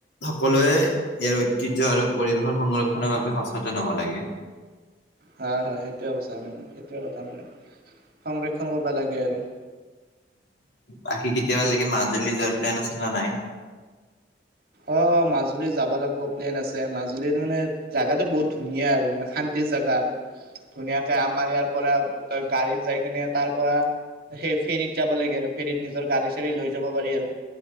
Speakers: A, on the left; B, on the right.
A: সকলোৱে ইয়াৰ ঐতিহ্য আৰু পৰিৱেশৰ সংৰক্ষণৰ বাবে সচেতন হব লাগে।
B: হয় -হয় সেইটোৱে কথা মানে -সেইটোৱে কথা মানে। সংৰক্ষণ কৰবা লাগে আৰু
A: বাকী কেতিয়াবাৰ লাগি মাজুলী যোৱাৰ প্লেন আছে নে নাই?
B: অহ, মাজুলী যাবা লাগব প্লেন আছে মাজুলী মানে জাগাটো বহুত ধুনীয়া আৰু মানে শান্তিৰ জেগা আৰু ধুনীয়াকে আমাৰ ইয়াৰ পৰা তই গাড়ীত যাই কিনে তাৰ পৰা সেই ফেৰীত যাব লাগে আৰু ফেৰীত নিজৰ গাড়ী -চাড়ী লৈ যাব পাৰি আৰু